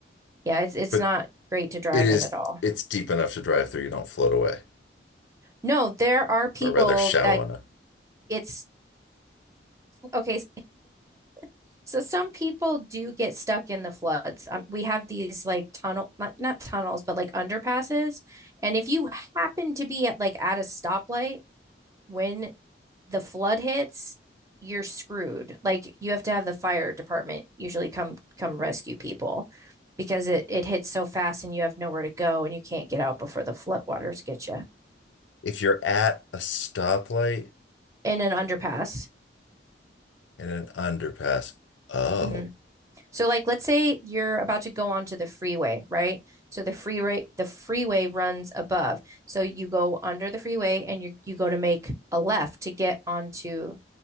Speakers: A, on the right; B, on the left.
A: yeah, it's it's
B: But
A: not great to drive
B: it is,
A: in at all.
B: it's deep enough to drive through. You don't float away.
A: No, there are people
B: or rather shallow
A: that
B: enough.
A: it's okay. <laughs> so some people do get stuck in the floods. Um, we have these like tunnel, not, not tunnels, but like underpasses. And if you happen to be at like at a stoplight when the flood hits, you're screwed. Like you have to have the fire department usually come come rescue people because it it hits so fast and you have nowhere to go and you can't get out before the floodwaters get you
B: If you're at a stoplight
A: in an underpass.
B: and an underpass, oh,
A: hmm So like let's say you're about to go onto the freeway, right? So the freeway the freeway runs above. So you go under the freeway and you you go to make a left to get onto